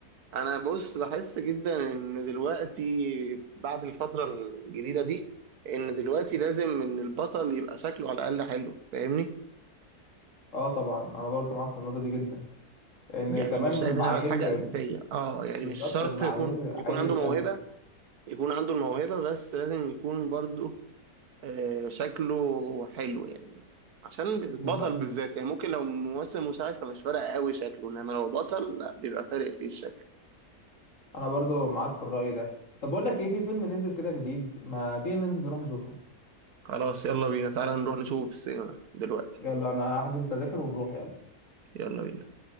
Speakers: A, on the right; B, on the left.
A: انا بص بحس جدا ان دلوقتي بعد الفترة الجديدة دي ان دلوقتي لازم ان البطل يبقى شكله على الاقل حلو فاهمني
B: اه طبعا انا برضه معاك في النقطه دي جدا لان
A: يعني
B: كمان
A: شايف
B: من المعايير
A: انها بقت حاجه اساسيه اه يعني
B: بالظبط
A: مش شرط
B: المعايير
A: يكون يكون
B: عاليه
A: عنده موهبه
B: قوي
A: يكون عنده الموهبه بس لازم يكون برضه آه، شكله حلو يعني عشان البطل
B: بالظبط
A: بالذات يعني ممكن لو ممثل مساعد فمش فارق قوي شكله انما لو بطل لا بيبقى فارق فيه الشكل
B: انا برضه معاك في الراي ده طب بقول لك ايه في فيلم نزل كده جديد ما تيجي ننزل نروح نشوفه
A: خلاص يلا بينا تعالى نروح نشوفه في السينما دلوقتي
B: يلا انا هحجز التذاكر ونروح يلا
A: يلا بينا